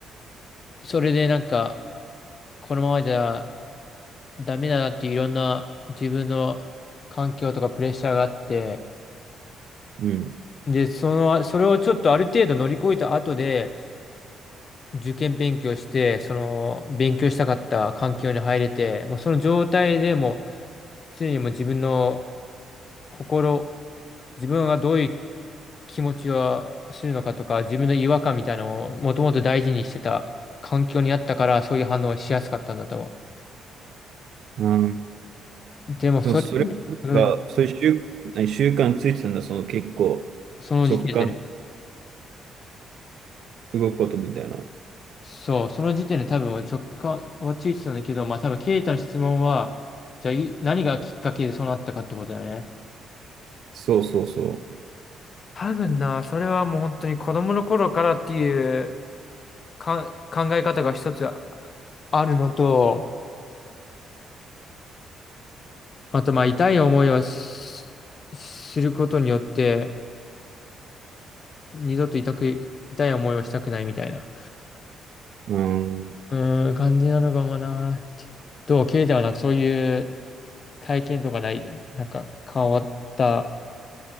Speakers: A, on the left; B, on the right.
A: それでなんか、このままじゃダメだなっていろんな自分の環境とかプレッシャーがあって、
B: うん。
A: で、その、それをちょっとある程度乗り越えた後で、受験勉強して、その、勉強したかった環境に入れて、もうその状態でもう常にもう自分の心、自分がどういう気持ちをするのかとか、自分の違和感みたいなのをもともと大事にしてた環境にあったから、そういう反応をしやすかったんだと思
B: うん。
A: う。でも、それ、
B: でもそれが、
A: うん、
B: そういう習、何習慣ついてたんだ、その結構、
A: その時点でね、
B: 直感で動くことみたいな。
A: そう、その時点で多分直感はついてたんだけど、まあ多分、ケイタの質問は、じゃあい何がきっかけでそうなったかってことだよね。
B: そうそうそ
A: 多分な、それはもう本当に子供の頃からっていうか考え方が一つあるのと、あと、まあ、痛い思いをし知ることによって、二度と痛く、痛い思いをしたくないみたいな、
B: う。うん。
A: うーん、感じなのかもなーって。どう、ケイタはなんかそういう体験とかない、なんか変わった